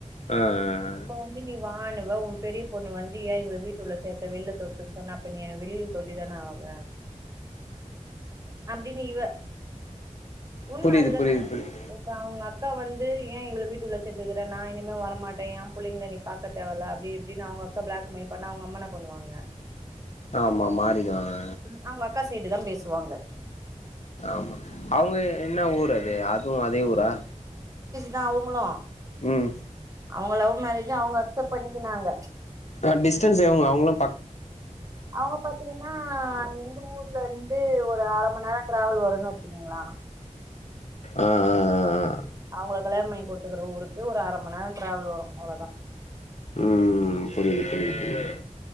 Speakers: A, on the left; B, on the right.
A: அ அ அ
B: இப்ப வந்து நீ வானுவ ஒ பெரிய பொண்ணு வந்து ஏ இவள வீட்டுள்ள சேத்த வெளில தொரத்துன்னு சொன்னா அப்ப நீ என்ன வெளில சொல்லி தான ஆவ அப்டினு இவ உண்ம
A: புரியுது
B: அதுதான
A: புரியுது புரியுது
B: இப்ப அவுங்கக் அக்கா வந்து ஏ இவள வீட்டுள்ள சேத்திருக்ற நா இனிமே வரமாட்டே ஏ புள்ளிங்கள நீ பாக்க தேவல்ல அப்டி இப்டின்னு அவுங்க அக்கா பிளாக் மெயில் பண்ணா அவுங்க அம்மா என்னா பண்ணுவாங்க
A: ஆமா மாறிடுவாங்க
B: ம், அவங்க அக்கா சைடு தா பேசுவாங்க
A: ஆமா அவுங்க என்ன ஊரது அதுவு அதே ஊரா
B: நா அவுங்களா
A: உம்
B: அவுங்க லவ் மேரேஜு அவுங்க அக்செப்ட் பண்ணிக்கினாங்க
A: ஆ டிஸ்டன்ஸ் எவுங்க அவுங்க
B: அவுங்க பாத்தீங்கனா எங்க ஊர்ல இருந்து வந்து ஒரு அர மணி நேர டிராவல் வருனு வச்சுகுங்ளா
A: ஆ ஆ ஆ ஆ
B: அவங்கள கல்யாண பண்ணி கொடுத்துக்கற ஊருக்கு ஒரு அரை மணிநேரம் டிராவல் வரும் அவ்ளோதான்
A: ம் புரியுது புரிது புரிது